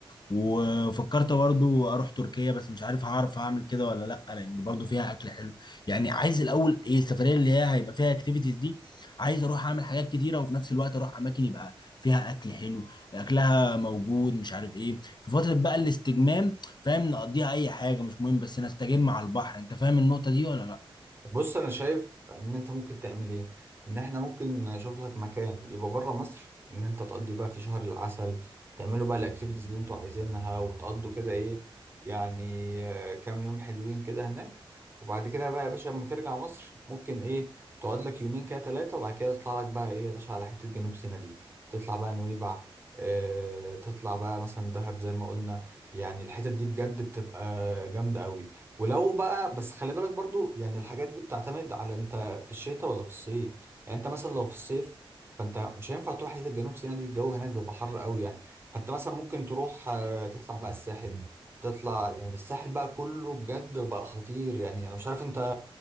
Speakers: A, on the left; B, on the right.
A: وفكرت برضه اروح تركيا بس مش عارف هعرف اعمل كده ولا لا لان برضه فيها اكل حلو يعني عايز الاول ايه السفريه اللي هي هيبقى فيها اكتيفيتيز دي عايز اروح اعمل حاجات كتيره وفي نفس الوقت اروح اماكن يبقى فيها اكل حلو اكلها موجود مش عارف ايه في فتره بقى الاستجمام فاهم نقضيها اي حاجه مش مهم بس نستجم على البحر انت فاهم النقطه دي ولا لا
B: بص انا شايف ان انت ممكن تعمل ايه ان احنا ممكن نشوف لك مكان يبقى بره مصر ان انت تقضي بقى في شهر العسل تعملوا بقى الاكتيفيتيز اللي انتوا عايزينها وتقضوا كده ايه يعني آه، كام يوم حلوين كده هناك وبعد كده بقى يا باشا لما ترجع مصر ممكن ايه تقعد لك يومين كده ثلاثة وبعد كده تطلع لك بقى ايه يا باشا على حتة جنوب سيناء دي تطلع بقى نويبع اه تطلع بقى مثلا دهب زي ما قلنا يعني الحتت دي بجد بتبقى جامدة قوي ولو بقى بس خلي بالك برضو يعني الحاجات دي بتعتمد على انت في الشتاء ولا في الصيف يعني انت مثلا لو في الصيف فانت مش هينفع تروح حته جنوب سيناء دي الجو هناك بيبقى حر قوي يعني فانت مثلا ممكن تروح آه، تطلع بقى الساحل تطلع يعني الساحل بقى كله بجد بقى خطير يعني انا مش عارف انت